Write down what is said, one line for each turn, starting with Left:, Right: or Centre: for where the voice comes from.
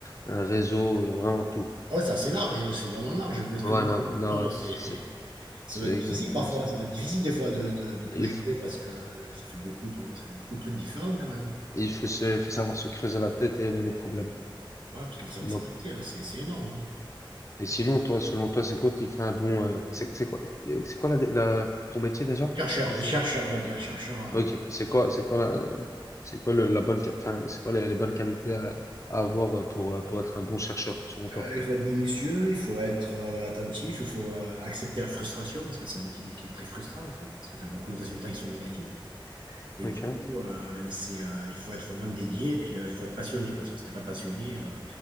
Left: un réseau, euh, vraiment tout.
Right: ah Ouais, c'est assez large, c'est vraiment large. Parce que
Left: Voilà,
Right: ouais,
Left: non, ouais, c'est
Right: c'est- <laughs> ça
Left: c'est
Right: doit être
Left: exactement
Right: difficile parfois.
Left: ça.
Right: Ça doit être difficile des fois de, de, de tout
Left: Il
Right: gérer
Left: faut,
Right: parce que ça fait beaucoup de, ça fait beaucoup de trucs différents quand même.
Left: il faut se, il faut savoir se creuser la tête et aimer les problèmes.
Right: Ouais, parce qu'il faut savoir s'adapter,
Left: Non,
Right: hein, c'est c'est énorme. hein.
Left: Et sinon, toi, selon toi, c'est quoi qui fait un bon, euh, c'est c'est quoi, euh, c'est quoi la, la- ton métier déjà?
Right: Chercheur,
Left: Enfin, c'est-
Right: chercheur, on va dire, chercheur. hein.
Left: Ok, c'est quoi, c'est quoi la, c'est quoi le- la bonne, qua- enfin, c'est quoi les, les bonnes qualités à, à avoir euh, pour, euh, pour être un bon chercheur, selon toi?
Right: Euh, Il faut être minutieux, il faut être euh, attentif, il faut euh, accepter la frustration, parce que c'est un métier qui, est très frustrant, en fait, parce que tu as beaucoup de résultats qui sont négatifs. Et
Left: Ok,
Right: du coup, euh, c'est, euh, il faut être vraiment dédié, et puis euh, il faut être passionné, parce que si t'es pas passionné, euh,